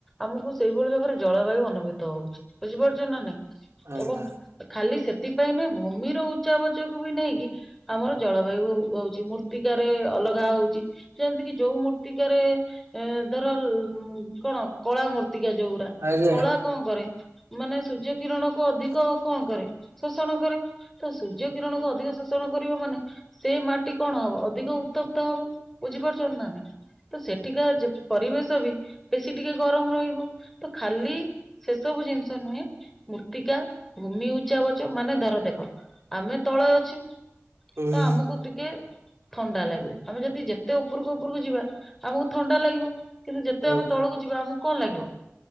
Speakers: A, in the centre; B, on the right (about 75°).
A: ଆମକୁ ସେଇଭଳି ଭାବରେ ଜଳବାୟୁ ଅନୁ ଭୂତ ହୋଉଛି ବୁଝିପାରୁଛ ନା ନାଇଁ
B: ଆଜ୍ଞା
A: ଏବଂ ଖାଲି ସେଥିପାଇଁ ନୁହେଁ ଭୂମିର ଉଚ୍ଚା ବାଚକୁ ବି ନେଇକି ଆମର ଜଳବାୟୁ ହୋଉଚି ମୂର୍ତ୍ତିକାରେ ଅଲଗା ହୋଉଚି। ଯେମିତି କିି ଯୋଉ ମୂର୍ତ୍ତିକାରେ ଧର କଣ କଳା ମୂର୍ତ୍ତିକା ଯୋଉ ଗୁରା।
B: ଆଜ୍ଞା
A: କଳା କଣ କରେ ମାନେ ସୂର୍ଯ୍ୟ କିରଣ କୁ ଅଧିକ କଣ କରେ? ଶୋଷଣ କରେ ତ ସୂର୍ଯ୍ୟ କିରଣକୁ ଅଧିକ ଶୋଷଣ କରିବ ମାନେ ସେଇ ମାଟି କଣ ହବ ଅଧିକ ଉତ୍ତପ୍ତ ହବ ବୁଝିପାରୁଛନ୍ତି ନା ନାଇଁ। ତ ସେଠିକା ଯେ ପରିବେଶ ବି ବେଶୀ ଟିକେ ଗରମ ରହିବ। ତ ଖାଲି ସେସବୁ ଜିନିଷ ନୁହେଁ। ମୃର୍ତ୍ତିକା ଭୂମି ଉଚ୍ଚାବାଚ ମାନେ ଧର ଦେଖ। ଆମେ ତଳେ ଅଛି
B: ହୁଁ
A: ତ ଆମକୁ ଦି କେ ଥଣ୍ଡା ଲାଗିବ ଆମେ ଯଦି ଯେତେ ଉପରକୁ ଉପରକୁ ଯିବା ଆମକୁ ଥଣ୍ଡା ଲାଗିବ। କିନ୍ତୁ ଯେତେ
B: ହୁଁ
A: ଆମେ ତଳକୁ ଯିବା ଆମକୁ କଣ ଲାଗିବ